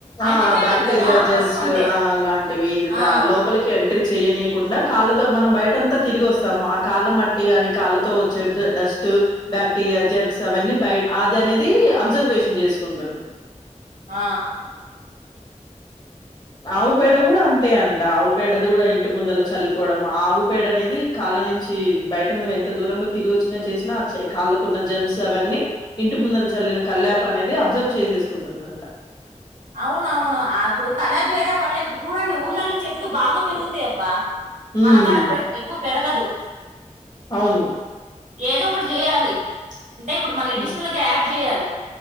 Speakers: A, on the right; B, on the left.
A: యాంటీబయాటిక్
B: ఆ బాక్టీరియా
A: కదా
B: జెన్స్ట్
A: పసుపు అంటే
B: ఆ అలాంటివి
A: ఆ
B: లోపలికి ఎంట్రీ చెయనీయకుండా కాళ్ళతో మనం బయట అంతా తిరిగి వస్తాము ఆ కాళ్ళ మట్టి అని కాళ్ళతో వచ్చే డస్ట్ బాక్టీరియా జేమ్స్ అవని అది అనేది అబ్జర్వేషన్ చేసుకుంటుంది
A: ఆ
B: ఆవు పేడ కూడా అంతే అంట ఆవు పేడ దూడ కూడా ఇంటి ముందల చల్లుకోవడం ఆవుపేడ అనేది కాలు నుంచి బయట నువ్వు ఎంత దూరంలో తిరిగి వచ్చినా చేసినా కాళ్ళకున్న జేమ్స్ అవన్నీ ఇంటి ముందు చల్లిన కల్ళ్యాప్ అనేది అబ్జర్వ్ చేసేసుకుంటుందంట
A: అవునవును ఇప్పుడు కళక్ చేయడం వల్ల ఇప్పుడు చూడండి ఊర్లలో చెట్లు బాగా పెరుగుతాయ అబ్బా
B: హ్మ్.
A: మనకాడ పెట్ ఎక్కువ పెరగదు
B: అవును
A: ఏదో ఒకటి చేయాలి అంటే ఇప్పుడు మన ఎడిషనల్గా
B: హ్మ్.
A: యాడ్ చేయాలి